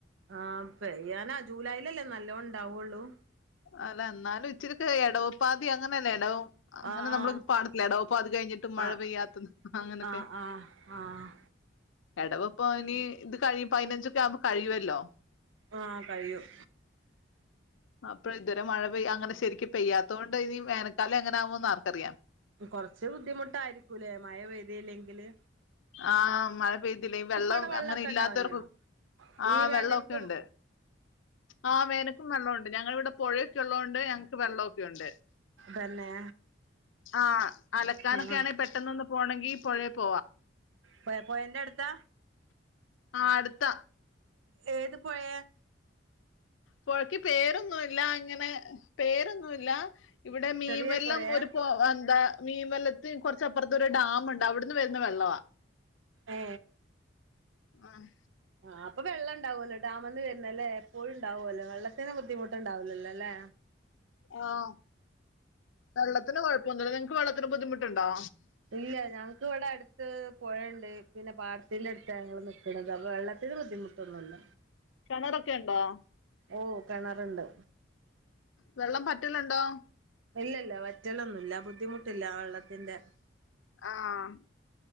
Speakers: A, on the right; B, on the left.
A: ആഹ് പെയ്യാനാ ജൂലൈലല്ലേ നല്ലോം ഇണ്ടാവൊള്ളൂ
B: അല്ല ഇന്നാലും ഇച്ചിരിത്തെ ഇടവപ്പാതി അങ്ങനെയല്ലേ ഇടവോം അങ്ങനെ
A: ആഹ്
B: നമ്മളൊ പാടില്ലേ എടവപ്പാത്തി കഴിഞ്ഞിട്ട് മഴ
A: ആഹ്
B: പെയ്യാത്തത് അങ്ങനൊക്കെ
A: ആഹ് ആഹ് ആഹ്
B: എടവപ്പോ ഇനി ഇത് കഴിയും പതിനഞ്ചൊക്കെ ആവുമ്പോ കഴിയുവല്ലോ
A: ആ കഴിയും
B: അപ്പ ഇതുവരെ മഴ പെയ്യ അങ്ങനെ ശരിക്കും പെയ്യാത്തോണ്ട് ഇനി വേനക്കാലം എങ്ങനൊവുമോന്ന് ആർക്കറിയാം
A: കൊറച്ച് ബുദ്ധിമുട്ടായിരിക്കൂലെ മഴ പെയ്തീയില്ലെങ്കില്
B: ആഹ് മഴ പെയ്തില്ലെ വെള്ളം
A: അവിടെ വെള്ളൊക്കെ
B: അങ്ങനെ ഇല്ലാത്തവർക്ക്
A: ഇണ്ടാവനോ
B: ആഹ്
A: ഈ വേനൽക്കും
B: വെള്ളൊക്കെ ഉണ്ട് ആഹ് വേനക്കും വെള്ളോണ്ട് ഞങ്ങളിവിടെ പൊഴൊക്കെ ഉള്ളൊണ്ട് ഞ ക്ക്‌ വെള്ളൊക്കെ ഉണ്ട്
A: തന്നെ
B: ആഹ് അലക്കാനൊക്കെയാണ
A: ആഹ്
B: പെ ട്ടന്നൊന്ന് പോണെങ്കി പൊഴെ പോവാ
A: പെ പോയന്റടുത്താ
B: ആ അടുത്ത
A: ഏത് പൊയ
B: പൊഴക്ക് പേരൊന്നൂല്ല അങ്ങനെ പേരൊന്നൂല്ലാ ഇവിടെ മീൻവെല്ലം
A: ചെറിയൊരു പൊഴയാ
B: ഒരു പൊ എന്താ മീൻവെല്ലത്ത് കൊറച്ചപ്പുറത്തൊരു ഡാമുണ്ട് അവിടുന്ന് വരുന്ന വെള്ളവാ
A: ഏ
B: ആഹ്
A: ആഹ് അപ്പൊ വെള്ളംണ്ടാവുല്ലേ ഡാമന്ന് വരുന്നല്ലേ എപ്പോഴും ഉണ്ടാവുമല്ലോ വെള്ളത്തിന് ബുദ്ധിമുട്ട് ഉണ്ടാവൂലല്ലല്ലേ
B: ആഹ് വെള്ളത്തിന് കൊഴപ്പൊന്നൂല്ല നിങ്ങക്ക് വെള്ളത്തിന് ബുദ്ധിമുട്ടുണ്ടോ
A: ഇല്ല ഞങ്ങക് ക്കിവിടെ അടുത്ത് പൊഴയൊണ്ട് പിന്നെ പാടത്തിൻ്റെ അടുത്താ ഞങ്ങൾ നിക്കണത് അപ്പോൾ വെള്ളത്തിന് ബുദ്ധിമുട്ടൊന്നുമില്ല
B: കെണറൊക്കെ ഉണ്ടോ
A: ഓ കെണറുണ്ട്
B: വെള്ളം പറ്റലുണ്ടോ
A: ഇല്ലല്ല വറ്റലൊന്നുല്ല ബുദ്ധിമു ട്ടില്ല വെള്ളത്തിന്റെ
B: ആഹ്